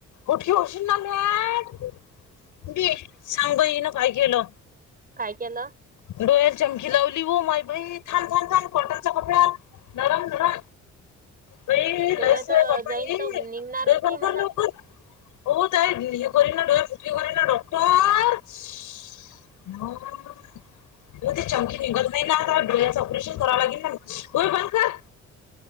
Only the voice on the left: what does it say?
उटी होशील ना म्या.. दे.. सांग बाई हिन काय केलं?
डोळ्यात चमकी लावली हो माई बाई थांब.. थांब.. थांब.. कॉटनचा कपडा आन. नरम ना बई <inaudible>
डोळे
बंद
कर, लवकर ओ ताई <unintelligible> डोळे फुटली बर का डॉक्टर.. स्.. <inaudible> मग ते चमकी निघत नाही ना आता डोळ्याचं ऑपरेशन करावं लागेल ना हो डोळे बंद कर.